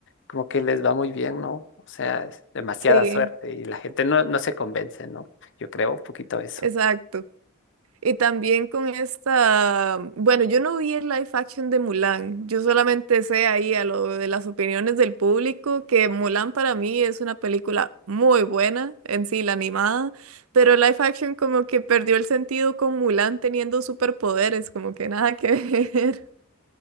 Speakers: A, on the left; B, on the right.
A: como que les va muy bien, ¿no? O sea, es demasiada
B: sí,
A: suerte y la gente no, no se convence, ¿no? Yo creo un poquito eso.
B: exacto. Y también con esta, bueno, yo no vi el live action de Mulan, yo solamente sé ahí a lo de las opiniones del público que Mulan para mí es una película muy buena en sí, la animada, pero el live action como que perdió el sentido con Mulan teniendo superpoderes, como que nada que ver. <laughs>